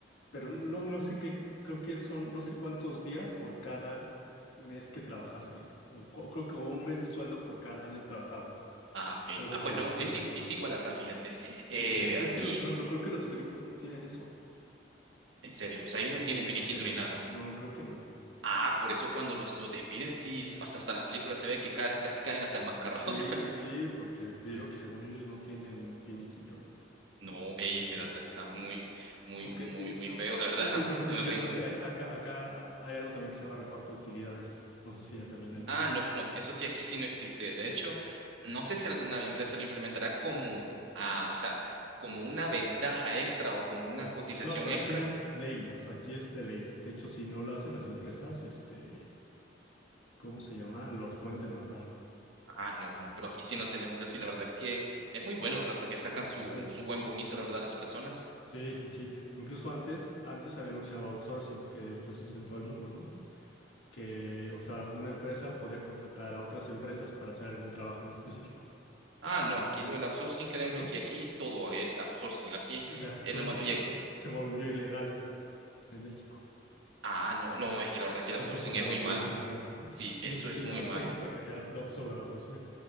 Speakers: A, on the left; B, on the right.
A: pero no, no sé qué, creo que son, no sé cuántos días por cada mes que trabajaste, o co- creo que un mes de sueldo por cada año trabajado,
B: Ah, ok.
A: algo
B: Ah,
A: por
B: pues no,
A: el estilo.
B: es igual, es igual acá, fíjate. Eh,
A: Ok,
B: aquí,
A: es que lo, por ejemplo, creo que los gringos no tienen eso.
B: en serio, o sea, ellos no
A: Sí,
B: tienen finiquito
A: creo que no.
B: ni nada.
A: No, creo que no.
B: Ah, por eso cuando los, los despiden, sí, s- hasta, hasta en las películas se ve que ca- casi caen hasta en bancarrota.
A: Sí,
B: <laughs>
A: sí, sí, porque te digo que según yo ellos no tienen finiquito.
B: No, ey, ese dato está muy, muy,
A: Ok,
B: muy,
A: y,
B: muy
A: ah,
B: feo, la verdad,
A: y
B: <laughs>
A: por ejemplo,
B: en los
A: ya
B: gringos.
A: no sé, hay- acá, acá hay algo también que se llama reparto de utilidades. No sé si allá también haya.
B: Ah, no, no, eso sí, aquí sí no existe. De hecho, no sé si alguna empresa lo implementará como, ah, o sea, como una ventaja extra o como una
A: Ah,
B: cotización
A: No, pero
B: extra
A: aquí es ley, o sea, aquí es de ley. De hecho, si no lo hacen las empresas, este, ¿cómo se llama? Los pueden demandar.
B: Ah, no, no, pero aquí sí no tenemos eso y la verdad que es muy bueno, ¿verdad? Porque sacan su,
A: Sí,
B: su buen bonito, la verdad, las personas.
A: sí, sí, sí. Incluso antes, antes había lo que se llamaba outsourcing, que después se en todo el mundo, ¿no? que, o sea, una empresa podía contratar a otras empresas para hacer algún trabajo en específico,
B: Ah, no, aquí lo del outsourcing, créeme
A: ¿no?
B: que aquí todo es outsourcing. Aquí
A: Ya,
B: es
A: entonces
B: lo malo. Y,
A: ah,
B: ac-
A: se volvió ilegal en México.
B: ah, no, no, es que la verdad que el
A: López
B: outsourcing
A: Obrador
B: es muy malo.
A: lo hizo ilegal.
B: Sí,
A: Sí,
B: eso
A: sí, sí,
B: es muy
A: la verdad
B: malo.
A: es que ahí sí para que veas, López Obrador lo hizo bien.